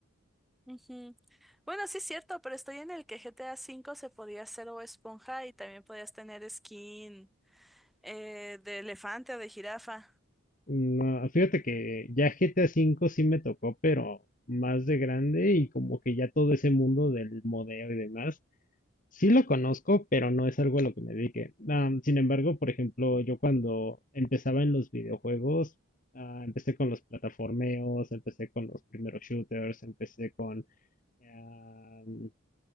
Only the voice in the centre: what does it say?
Ujú. Bueno, sí es cierto, pero estoy en el que GTA V se podía hacer Bob Esponja y también podías tener skin eh, de elefante o de jirafa.